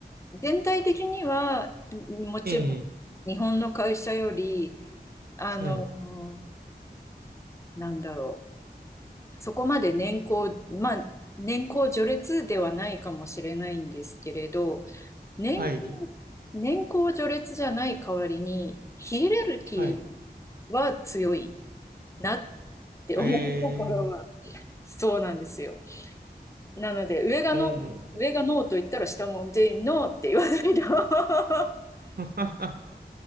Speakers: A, on the left; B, on the right.
A: 全体的には、んもちろん日本の会社より、
B: ええ。
A: あの、
B: はい。
A: なんだろう。そこまで年功、まあ、年功序列ではないかもしれないんですけれど、年功、
B: はい。
A: 年功序列じゃない代わりに、ヒエラルキ
B: はい。
A: ーは強いなっって思うところ
B: ええー
A: <laughs> は、そうなんですよ。なので、上がノー、
B: うん。
A: 上がノーと言ったら下も全員ノーって言わないと <laughs>
B: <laughs> は